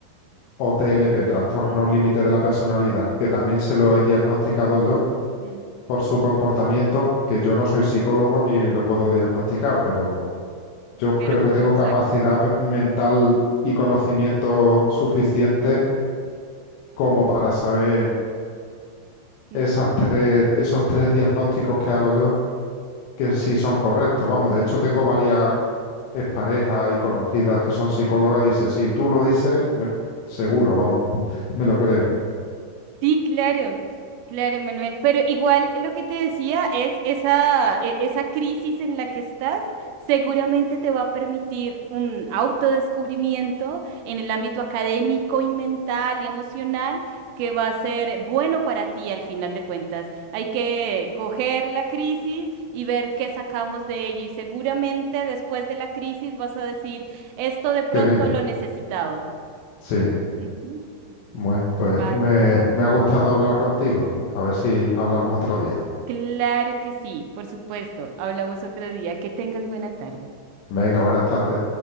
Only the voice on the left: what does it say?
o TLP, trastorno
límite de la personalidad, que también se lo he diagnosticado yo
por su comportamiento, que yo no soy psicólogo ni lo puedo diagnosticar, pero yo
creo
que tengo
capacidad
ve- mental y conocimiento suficiente como para saber
esas tres, esos tres diagnósticos que hago yo, que sí
son correctos. Vamos, de hecho tengo varias es pareja y conocidas que son psicólogas, dice, sí. tú lo dices, me- seguro, vamos, me lo creo.
Qué bien.
Sí,
bueno, pues
me,
me ha gustado hablar contigo. A ver si hablamos otro día.
Venga, buenas tardes.